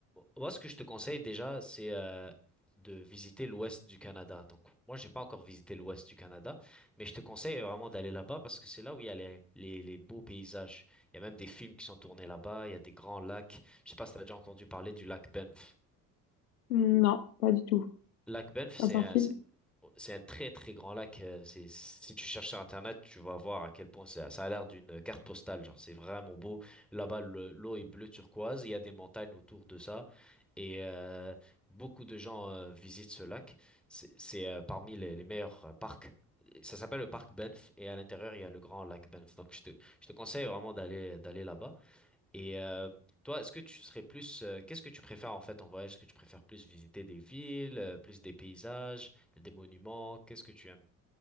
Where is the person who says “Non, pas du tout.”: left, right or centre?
Left